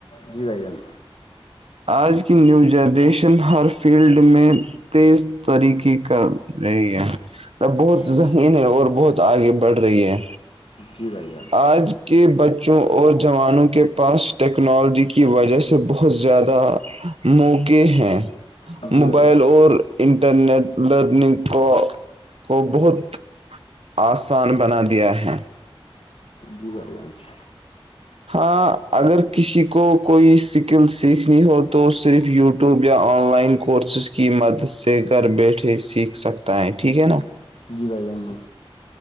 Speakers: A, on the left; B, on the right.
A: جی بھ جان
B: آج کی نیو جنریشن ہر فیلڈ میں تیز طریقے کر رہی ہے تب بہت زذہین
A: جی
B: ہے اور بہت آگے بڑھ رہی ہے
A: جی بھائی جان
B: آج کے بچوں اور جوانوں کے پاس ٹیکنالوجی کی وجہ سے بہت زیادہ موقع ہیں
A: جی
B: موبائل
A: بھائی جان
B: اور انٹرنیٹ لرننگ کو کو بہت آسان بنا دیا ہے
A: جی بائی جان سے
B: ہاں اگر کسی کو کوئی سکل سیکھنی ہو تو صرف یوٹیوب یا آن لائن کو کورسز کی مدد سے گھر بیٹھے سیکھ سکتا ہے ٹھیک ہے نا
A: جی بھائی جان جی